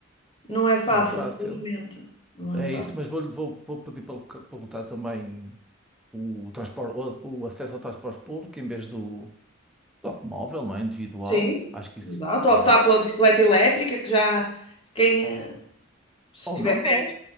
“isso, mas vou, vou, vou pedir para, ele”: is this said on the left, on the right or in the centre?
Centre